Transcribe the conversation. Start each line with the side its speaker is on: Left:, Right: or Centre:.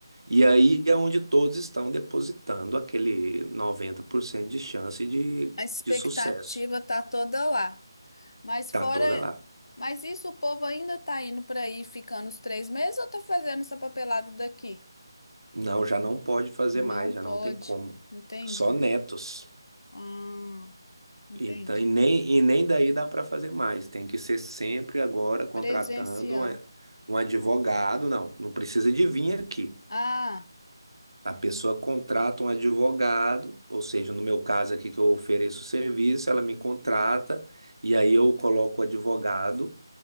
Right: E aí é onde todos estão depositando aquele 90% de chance de,
Left: A expectativa
Right: de sucesso.
Left: tá toda lá. Mas
Right: Tá
Left: fora,
Right: toda lá.
Left: mas isso o povo ainda tá indo para aí ficando os três meses ou tá fazendo essa papelada daqui?
Right: Não, já não pode fazer
Left: Não
Right: mais,
Left: pode.
Right: já não tem como.
Left: Entendi.
Right: Só netos.
Left: Ah, entendi.
Right: Então, e nem, e nem daí dá para fazer mais. Tem que ser sempre agora contratando
Left: Presencial.
Right: uma- um advogado. Não, não precisa de vir aqui.
Left: Ah,
Right: A pessoa contrata um advogado, ou seja, no meu caso aqui que eu ofereço o serviço, ela me contrata e aí eu coloco o advogado